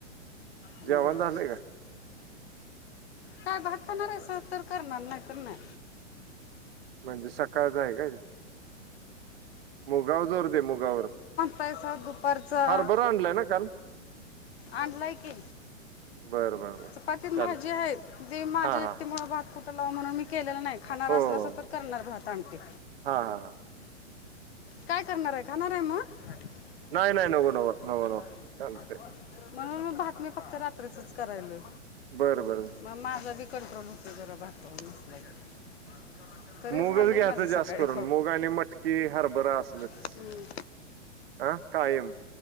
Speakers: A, on the left; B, on the right.
A: बर
B: जेवाण झालंय
A: बर
B: का?
A: काय भात खाणार हायसा तर करणार नाय तर नाय.
B: म्हणजे सकाळचा हाय काय? मुगावरं जोर दे मुगावर
A: पैसा दुपारचं
B: हारभर आणलाय ना काल
A: आणलाय की,
B: बरं बरं बर
A: चपाती न
B: चालत
A: भाजी आहे दे माझ्या
B: हा हा
A: एकटी मुळ भात कुठं लाऊ म्हणून मी केल केलेला नाही खाणार
B: हो
A: असलासा
B: हो
A: तर करणार भात आमटी.
B: हा हा
A: काय करणार हाय खाणार हाय म? रस्त्यावर
B: नाही नाही नवो नवो नवो
A: गटारी
B: नवो चालतंय
A: अथवा इतर म्हणून म भात नाय फक्त रात्रीचंच करायलोय.
B: बरं बरं
A: म माझा बी कंट्रोल होतो जरा भातवर नसला की तरी
B: मूगचं
A: झालंय
B: घ्यायचं
A: माझं
B: जास्त
A: सकाळी
B: करून मुग आणि मटकी हरभरा असलचं.
A: खाऊन
B: हं कायम